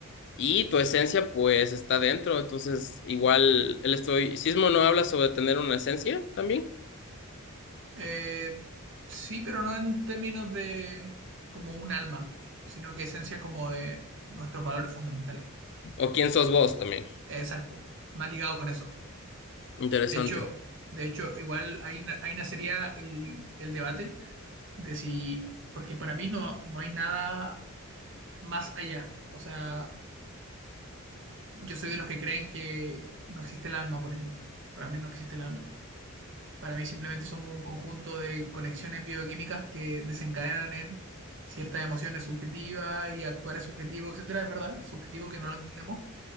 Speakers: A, on the left; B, on the right.
A: Y tu esencia, pues, está dentro. Entonces, igual el estoicismo no habla sobre tener una esencia también.
B: Eh, sí, pero no en términos de como un alma, sino que esencia como de nuestros valores fundamentales.
A: ¿O quién sos vos también?
B: Exacto, más ligado con eso.
A: Interesante.
B: De hecho, de hecho, igual ahí, na- ahí nacería el, el debate de si, porque para mí no, no hay nada más allá. O sea, yo soy de los que creen que no existe el alma, por ejemplo. Para mí no existe el alma. Para mí simplemente somos un conjunto de conexiones bioquímicas que desencadenan en ciertas emociones subjetivas y actuar es subjetivo, etcétera. Es verdad, subjetivo que no lo entendemos,